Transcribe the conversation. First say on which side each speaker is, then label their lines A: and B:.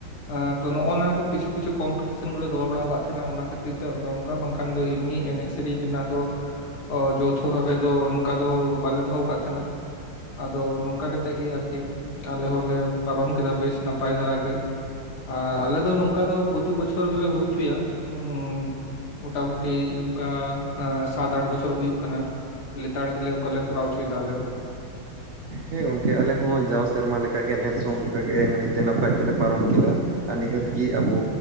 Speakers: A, on the left; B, on the right.
A: ᱮ. ᱛᱚ ᱱᱚᱜᱚ ᱱᱚᱣᱟ ᱠᱤᱪᱷᱩ ᱠᱤᱪᱷᱩ ᱠᱚᱢᱯᱤᱴᱤᱥᱟᱱ ᱞᱮ ᱫᱚᱦᱚ ᱵᱟᱲᱟᱣ ᱠᱟᱜ ᱛᱟᱦᱮᱱᱟ᱾ ᱚᱱᱟ ᱠᱷᱟᱹᱛᱤᱨ ᱛᱮ ᱚᱱ ᱚᱱᱠᱟ ᱵᱟᱝᱠᱷᱟᱱ ᱫᱚ ᱮᱢᱱᱤ ᱮᱱᱮᱡ ᱥᱮᱨᱮᱧ ᱨᱮᱱᱟᱜ ᱫᱚ ᱾ ᱚ ᱡᱳᱣᱛᱷᱚ ᱵᱷᱟᱵᱮ ᱫᱚ ᱚᱱᱠᱟ ᱫᱚ ᱵᱟᱞᱮ ᱫᱚᱦᱚᱣ ᱠᱟᱜ ᱛᱟᱦᱮᱸᱱᱟ ᱾ ᱟᱫᱚ ᱱᱚᱝᱠᱟ ᱠᱟᱛᱮᱜ ᱜᱮ ᱟᱨᱠᱤ ᱟᱞᱮ ᱦᱚᱞᱮ ᱯᱟᱨᱚᱢ ᱠᱮᱫᱟ ᱵᱮᱥ ᱱᱟᱯᱟᱭ ᱫᱷᱟᱨᱟ ᱜᱮ ᱾ ᱟᱨ ᱟᱞᱮ ᱫᱚ ᱱᱚᱝᱠᱟ ᱫᱚ ᱯᱨᱳᱛᱤ ᱵᱚᱪᱷᱚᱨ ᱜᱮᱞᱮ ᱦᱩᱭ ᱦᱚᱪᱚᱭᱟ, ᱩ. ᱢᱚᱴᱟᱢᱳᱴᱤ ᱚᱱᱠᱟ ᱮ. ᱥᱟᱛ ᱟᱴ ᱵᱚᱪᱷᱚᱨ ᱦᱩᱭᱩᱜ ᱠᱟᱱᱟ᱾ ᱞᱮᱛᱟᱲ ᱜᱮᱞᱮ ᱚᱱᱠᱟ ᱞᱮ ᱠᱚᱨᱟᱣ ᱚᱪᱚᱭᱮᱫᱟ ᱟᱞᱮ ᱫᱚ ᱾
B: ᱦᱮᱸ ᱜᱚᱢᱠᱮ ᱟᱞᱮ ᱦᱚᱸ ᱡᱟᱣ ᱥᱮᱨᱢᱟ ᱞᱮᱠᱟ ᱜᱮ ᱱᱮᱥ ᱦᱚᱸ ᱚᱱᱠᱟᱜᱮ ᱱᱟᱭ ᱛᱮ ᱱᱟᱯᱟᱭ ᱛᱮᱞᱮ ᱯᱟᱨᱚᱢ ᱠᱮᱫᱟ ᱾ ᱟᱨ ᱱᱤᱦᱟᱹᱛ ᱜᱮ ᱟᱵᱚ